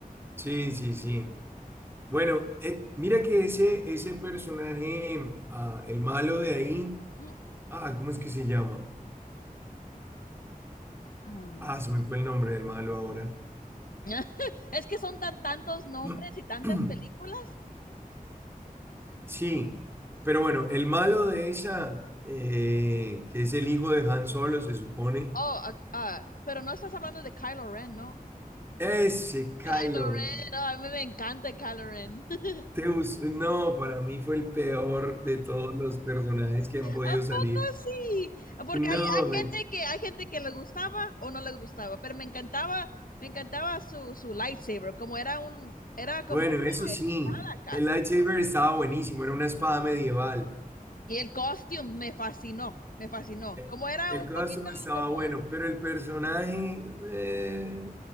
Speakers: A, on the right (about 15°); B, on the left (about 70°).
A: Sí, sí, sí. Bueno, eh, mira que ese, ese personaje, ah, el malo de ahí,
B: Ujú.
A: ah, ¿cómo es que se llama?
B: Am,
A: Ah, se me fue el nombre del malo ahora.
B: <laughs> Es que son tan tantos nombres
A: <clears throat>
B: y tantas películas.
A: Sí, pero bueno, el malo de esa, eh, que es el hijo de Han Solo, se supone,
B: Oh, ah, ah, Pero no estás hablando de Kylo Ren, ¿no?
A: ese Kylo
B: Kylo Ren.
A: Ren,
B: No, a mí me encanta Kylo Ren. <laughs>
A: Deus, no, para mí fue el peor de todos los personajes que han podido
B: ¿A
A: salir.
B: poco sí? Porque
A: No,
B: hay, hay
A: hombre.
B: gente que hay gente que le gustaba o no les gustaba, pero me encantaba, me encantaba su, su lightsaber, como era un, era como
A: bueno,
B: una
A: eso sí.
B: espada
A: El
B: casi.
A: lightsaber estaba buenísimo, era una espada medieval.
B: Y el costume me fascinó, me fascinó.
A: Eh,
B: Como era
A: El
B: un
A: costume
B: poquito
A: estaba
B: como,
A: bueno, pero el personaje. eh,